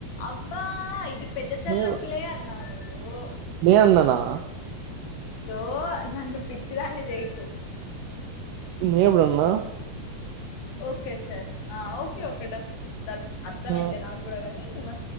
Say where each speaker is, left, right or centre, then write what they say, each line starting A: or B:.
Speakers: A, on the left; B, on the right.
A: అబ్బా ఇది పెద్ద తల్లనొప్పిలే
B: నే
A: అన్నావు నువ్వు
B: నేనన్నానా
A: ఇదో నన్ను పిచ్చిదాన్ని చెయ్యకు
B: నేప్పుడన్న
A: ఓకే సార్ ఆ ఓకే ఓకే డన్ ఆ అర్థమైంది
B: ఆ
A: నాకు కూడా కాని మ